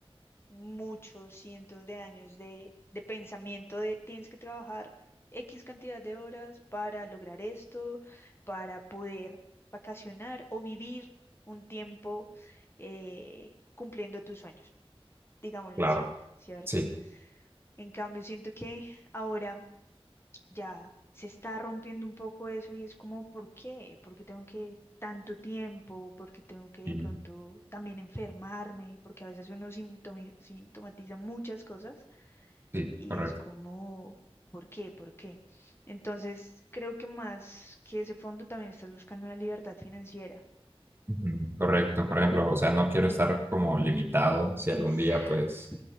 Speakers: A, on the left; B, on the right.
A: muchos cientos de años de, de pensamiento de tienes que trabajar X cantidad de horas para lograr esto, para poder vacacionar o vivir un tiempo eh, cumpliendo tus sueños, digámoslo
B: Claro,
A: así, ¿cierto?
B: sí,
A: En cambio, siento que ahora ya se está rompiendo un poco eso y es como, ¿por qué? ¿Por qué tengo que tanto tiempo? ¿Por qué tengo que de
B: y-
A: pronto también enfermarme? Porque a veces uno sintomi- sintomatiza muchas cosas
B: sí,
A: y
B: correcto.
A: es como, ¿por qué? ¿Por qué? Entonces, creo que más que ese fondo también estás buscando una libertad financiera.
B: Ujú, Correcto, por ejemplo, o sea, no quiero estar como limitado si
A: Exacto.
B: algún día, pues,